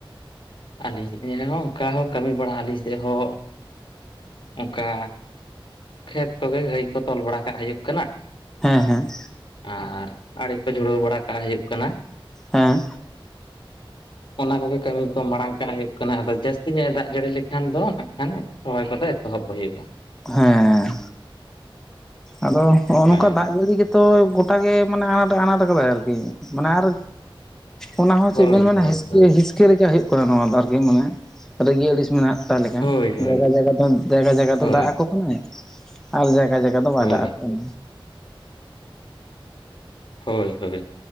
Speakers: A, on the left (about 60°); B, in the centre.
A: ᱟᱹᱞᱤᱧ ᱦᱚᱸ ᱚᱱᱠᱟ ᱦᱚᱸ ᱠᱟᱹᱢᱤ ᱵᱟᱲᱟᱜ ᱟᱹᱞᱤᱧ ᱥᱮᱫ ᱦᱚᱸ ᱚᱱᱠᱟ ᱠᱷᱮᱛ ᱛᱚᱵᱮ ᱜᱟᱹᱭ ᱠᱚ ᱛᱚᱞ ᱵᱟᱲᱟ ᱠᱟᱜ ᱦᱩᱭᱩᱜ ᱠᱟᱱᱟ᱾
B: ᱦᱮᱸ ᱦᱮᱸ
A: ᱟᱨ ᱟᱹᱲᱮ ᱠᱚ ᱡᱩᱲᱟᱹᱣ ᱵᱟᱲᱟ ᱠᱟᱜ ᱦᱩᱭᱩᱜ ᱠᱟᱱᱟ᱾
B: ᱦᱮᱸ
A: ᱚᱱᱟ ᱠᱚᱜᱮ ᱠᱟᱹᱢᱤ ᱠᱚ ᱢᱟᱲᱟᱝ ᱠᱟᱜ ᱦᱩᱭᱩᱜ ᱠᱟᱱᱟ ᱟᱫᱚ ᱡᱟᱹᱥᱛᱤ ᱧᱚᱜ ᱮ ᱫᱟᱜ ᱡᱟᱹᱲᱤ ᱞᱮᱠᱷᱟᱱ ᱫᱚ ᱱᱟᱜ ᱠᱷᱟᱱ ᱨᱚᱦᱚᱭ ᱠᱚᱫᱚ ᱮᱛᱚᱦᱚᱵ ᱦᱩᱭᱩᱜᱼᱟ
B: ᱦᱮᱸ ᱟᱫᱚ ᱦᱚᱸ ᱚ
A: ᱦᱮᱸ
B: ᱱᱚᱝᱠᱟ ᱫᱟᱜ ᱡᱟᱹᱲᱤ ᱜᱮᱼᱼ ᱛᱚ ᱜᱚᱴᱟᱜ ᱜᱮ ᱢᱟᱱᱮ ᱟᱱᱟᱴ ᱟᱱᱟᱴ ᱠᱟᱫᱟᱭ ᱟᱨᱠᱤ ᱢᱟᱱᱮ ᱟᱨᱼᱼ ᱚᱱᱟ ᱦᱚᱸ
A: ᱦᱳᱭ
B: ᱪᱮᱫ ᱵᱮᱱ ᱢᱮᱱᱟ
A: ᱦᱳᱭ
B: ᱦᱤᱥᱠᱤᱼᱼ
A: ᱦᱳᱭ
B: ᱦᱤᱥᱠᱟ ᱞᱮᱠᱟ ᱦᱩᱭᱩᱜ ᱠᱟᱱᱟ ᱱᱚᱣᱟ ᱫᱚ ᱟᱨᱠᱤ ᱢᱟᱱᱮ ᱨᱟᱹᱜᱤ ᱟᱹᱲᱤᱥ ᱢᱮᱱᱟᱜᱼᱼ ᱚᱠᱟ ᱞᱮᱠᱟ
A: ᱦᱳᱭ ᱦᱳᱭ
B: ᱡᱟᱭᱜᱟ ᱡᱟᱭᱜᱟ ᱡᱟᱭᱜᱟ ᱡᱟᱭᱜᱟ
A: ᱦᱳᱭ
B: ᱫᱚ ᱫᱟᱜ ᱟᱠᱚ ᱠᱟᱱᱟᱭ ᱟᱨ ᱡᱟᱭᱜᱟ ᱡᱟᱭᱜᱟ ᱾ ᱠᱚᱫᱚ ᱫᱚ ᱵᱟᱭ
A: ᱦᱳᱭ
B: ᱫᱟᱜ ᱟᱠᱚ᱾
A: ᱦᱳᱭ ᱦᱳᱭ